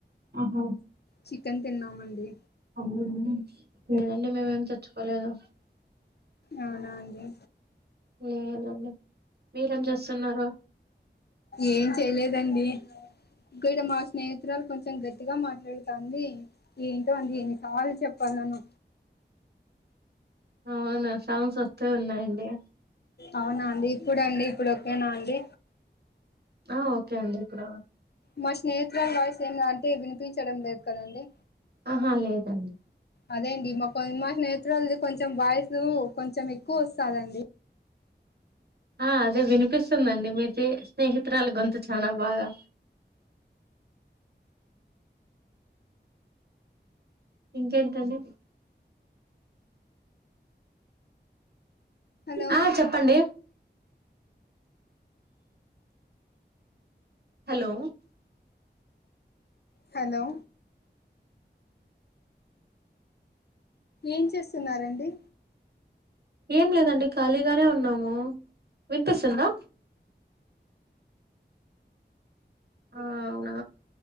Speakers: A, on the right; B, on the left.
A: ఆహా
B: చికెన్ తిన్నామండి.
A: అవునా లేదండి మేమేం తెచ్చుకోలేదు
B: అవునా అండి
A: లేదండి మీరేం చేస్తున్నారు
B: ఏం చేయలేదండి ఇగ్గో ఇది మా స్నేహితురాలు కొంచెం గట్టిగా మాట్లాడుతాంది. ఏంటో అండి ఎన్ని సార్లు చెప్పాల్లనో
A: అవునా సౌండ్స్ వస్తూ ఉన్నాయండి
B: అవున అండి ఇప్పుడు అండి ఇప్పుడు ఒకేనా అండి
A: ఆ ఓకే అండి ఇప్పుడు
B: మా స్నేహితురాలు వాయిస్ ఏం రా అంతే వినిపించడం లేదు కదండి
A: ఆహా లేదండి
B: అదే అండి మా కొ <unintelligible> నేత్రాలది కొంచెం వాయిసు కొంచెం ఎక్కువ వస్తాదండి
A: ఆ అదే వినిపిస్తుందండి మీది స్నేహితురాలు గొంతు చానా బాగా ఇంకెంటండి
B: హలో
A: ఆ చెప్పండి హలో
B: హలో
A: డిసిప్ర
B: ఏం చేస్తున్నారండి
A: ఏం లేదండి ఖాళీగానే ఉన్నాము వినిపిస్తుందా ఆ అవునా